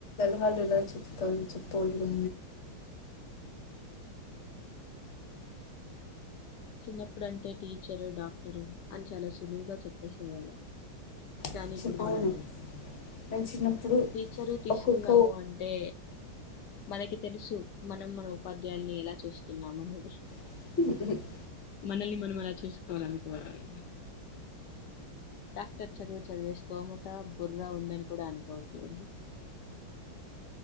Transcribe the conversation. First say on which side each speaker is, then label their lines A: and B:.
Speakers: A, on the left (about 40°); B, on the left (about 65°).
A: హాలలో చిత్రత చెప్పల్ట్ గు
B: చిన్నప్పుడంటే టీచరు డాక్టరు అని చాలా సులువుగా చెప్పేసేవాళ్ళం కానీ
A: చి-
B: ఇప్పుడు
A: అవును
B: మనం
A: నేను చిన్నప్పుడు
B: టీచరు తీసుకుందాము
A: ఒక్కొక్క
B: అంటే మనకి తెలుసు మనం మన ఉపాధ్యాయుల్ని ఎలా చూస్తున్నాం అనేది
A: ఉ
B: మనల్ని మనం అలా చూసుకోవాలనుకోవాలి డాక్టర్ చదువు చదివేస్తోముత బుర్రా ఉందని కూడా అనుకోవట్లేదు